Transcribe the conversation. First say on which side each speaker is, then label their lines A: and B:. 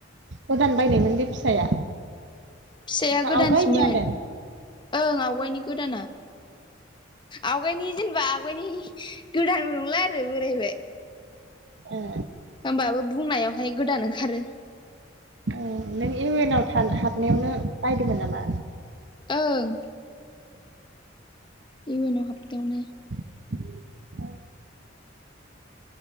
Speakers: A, on the right; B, on the left.
A: गोदान बायनायमोन बे फिसाया?
B: फिसाया
A: ना
B: गोदानसोमोन
A: आवगायनियानो
B: ओं आवगायनि गोदाना। आवगायनि जेनेबा आवगायनि गोदानबो नंला आरो बोरायबाय।
A: ए।
B: होमबाबो बुंनायावहाय गोदान ओंखारो।
A: उम नों इउ एन आव था हाबनायावनो बायदोंमोन नामा?
B: ओं। इउ एनाव हाबनायावनो।
A: औ <unintelligible>